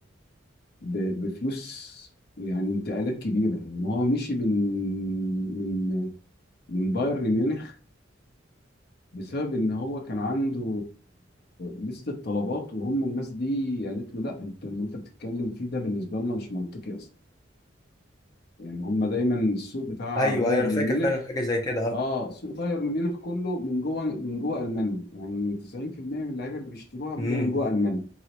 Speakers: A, on the left (about 55°); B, on the left (about 20°).
A: ب- بفلوس يعني انتقالات كبيره ان هو مشي من من من بايرن ميونخ بسبب ان هو كان عنده لستة طلبات وهم الناس دي قالت له لا انت اللي انت بتتكلم فيه ده بالنسبه لنا مش منطقي اصلا يعني هم دايما السوق بتاع
B: ايوه
A: بايرن
B: ايوه انا فاكر
A: ميونخ
B: فعلا حاجة زي كده
A: اه سوق بايرن ميونخ كله من جوه من جوه المانيا يعني 90% من اللعيبه اللي بيشتروها بيبقى
B: اه
A: من جوه المانيا